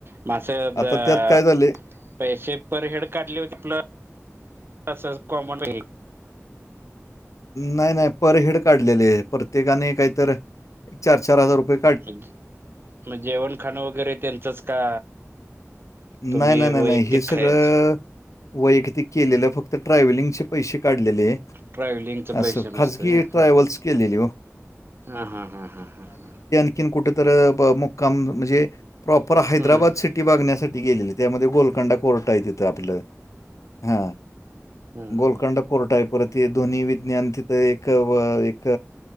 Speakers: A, on the right (about 45°); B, on the left (about 75°).
A: मग असं जर
B: आता त्यात काय झाले
A: पैसे पर हेड काढली होती का असच कॉमन
B: नाही नाही पर हेड काढलेले आहे. प्रत्येकाने काहीतरी चार चार हजार रुपये
A: मग जेवण खाणं वगैरे त्यांचंच का तुम्ही
B: नाही नाही नाही
A: वैयक्तिक
B: नाही हे
A: खायच
B: सगळं वयक्तित केलेलं फक्त ट्रॅव्हलिंगचे पैसे काढलेले आहे.
A: ट्रॅव्हलिंगच
B: असं
A: पैसे नसत
B: खाजगी ट्रॅव्हल्स
A: हा
B: केलेली ओ
A: हा हा हा हा हा हा
B: आणखीन कुठेतर मुक्काम म्हणजे प्रॉपर हैद्रबाद
A: हम्म
B: सिटी बघण्यासाठी गेलेलीत. त्यामध्ये गोलकंडा कोर्ट आहे तिथं आपलं हा
A: हम्म
B: गोलकंड कोर्ट आहे परत हे दोन्ही विज्ञान तिथं एक एक